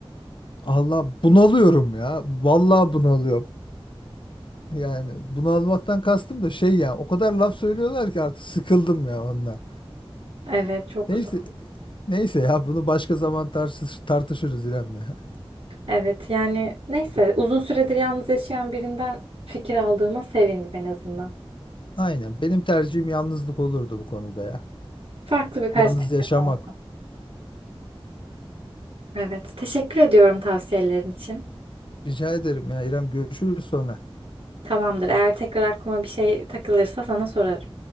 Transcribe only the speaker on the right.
Evet çok
zor.
Evet yani neyse uzun süredir yalnız yaşayan birinden fikir aldığıma sevindim en azından.
Farklı bir perspektif
oldu. Evet teşekkür ediyorum tavsiyelerin için.
Tamamdır eğer tekrar aklıma bir şey takılırsa sana sorarım.